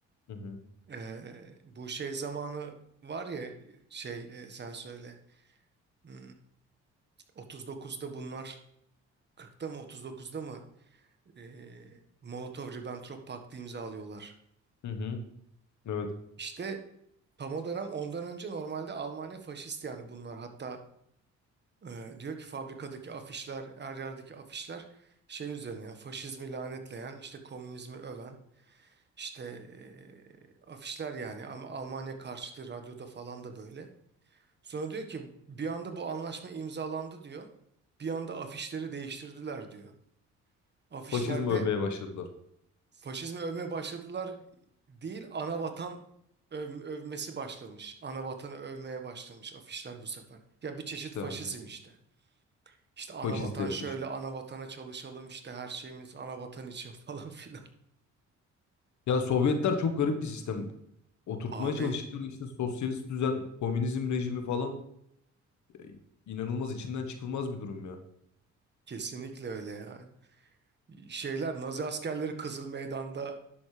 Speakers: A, on the left; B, on the right.
A: Hı hı.
B: E, bu şey zamanı var ya şey e, sen söyle. Hmm, 39'da bunlar 40'ta mı 39'da mı e, Molotov-Ribbentrop Paktı imzalıyorlar.
A: Hı hı. Evet.
B: İşte tam o dönem ondan önce normalde Almanya faşist yani bunlar. Hatta e, diyor ki fabrikadaki afişler, her yerdeki afişler şey üzerine yani faşizmi lanetleyen, işte komünizmi öven, işte e, afişler yani ama Almanya karşıtı radyoda falan da böyle. Sonra diyor ki bir anda bu anlaşma imzalandı diyor. Bir anda afişleri değiştirdiler diyor. Afişlerde
A: Faşizm övmeye başladılar.
B: faşizmi övmeye başladılar değil, ana vatan öv- övmesi başlamış. Ana vatanı övmeye başlamış afişler bu sefer. Ya bir çeşit
A: İşte
B: faşizm
A: hani
B: işte. İşte ana
A: faşist
B: vatan
A: yaklaşım.
B: şöyle, ana vatana çalışalım işte her şeyimiz ana vatan için <laughs> falan filan.
A: Ya Sovyetler çok garip bir sistem. Oturtmaya
B: Abi
A: çalıştıkları işte sosyalist düzen, komünizm rejimi falan e, inanılmaz içinden çıkılmaz bir durum ya.
B: kesinlikle öyle ya. Şeyler Nazi askerleri Kızıl Meydan'da